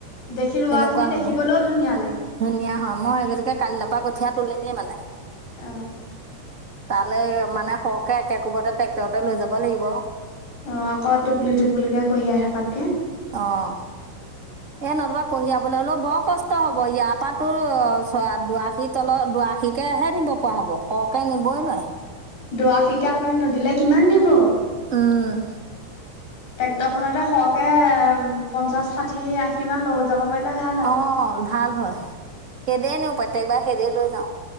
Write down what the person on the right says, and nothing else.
তেনেকুৱা
হ'ল
ধুনীয়া হয়। মই এই গতিকে কালিলে পৰা কঠিয়া তুলিমেই মানে।
তালৈ মানে সৰহকে একে কোবতে ট্ৰেক্টৰতে লৈ যাব লাগিব।
অঁ। এ নতুবা কঢ়িয়াবলৈ হ'লেও বৰ কষ্ট হ'ব। ইয়াৰ পৰা তোৰ চ দুআশীৰ তলত, দুআশী কেহে নিব পৰা হ'ব, সৰহকে নিবই নোৱাৰি।
উমঁ।
অঁহ', ভাল হয়। সেনেকে নিওঁ প্ৰত্যেক বাৰ সেনেকেই লৈ যাওঁ।